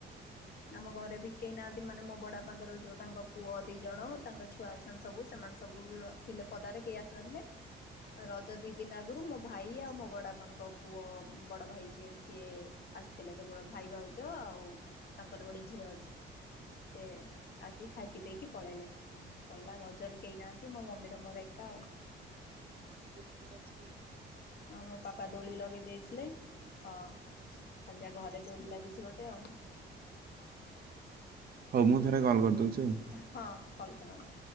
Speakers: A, on the left; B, on the right.
A: ଆମ ଘରେ ବି କେହି ନାହାନ୍ତି ମାନେ ମୋ ବଡା ପାଙ୍କର ଯୋଉ ତାଙ୍କ ପୁଅ ଦି ଜଣ ତାଙ୍କ ଛୁଆ ଛ ସବୁ ସେମାନେ ସବୁ ବି ଥିଲେ ପଦାରେ କେହି ଆସିନଥିଲେ ରଜ ଦି ଦିନ ଆଗରୁ ମୋ ଭାଇ ଆଉ ମୋ ବଡ ବାପାଙ୍କ ପୁଅ ବଡ ଭାଇ ଯିଏ ସିଏ ଆସିଥିଲେ କେବଳ ଭାଇ ଭାଉଜ ଆଉ ତାଙ୍କର ଗୋଟେ ଝିଅ ଅଛି ସେ ଆସିିକି ଖାଇ ପିଇ ଦେଇକି ପଳେଇଲେ ସରିଲା ଲଜଲ କେହି ନାହାନ୍ତି ମୋ ମମିର ମୋର ଏକା ଆଉ
B: ହ
A: ଆ ମୋ ପାପା ଦୋଳି ଲଗେଇ ଦେଇଥିଲେ ହଁ ଖାଲି ଯ ଘରେ ଦୋଳି ଲାଗିଛି ଗୋଟେ ଆଉ
B: ହଉ ମୁଁ ଥରେ କଲ୍ କରିଦଉଛି ଆଉ।
A: ହଁ କଲ କରାମ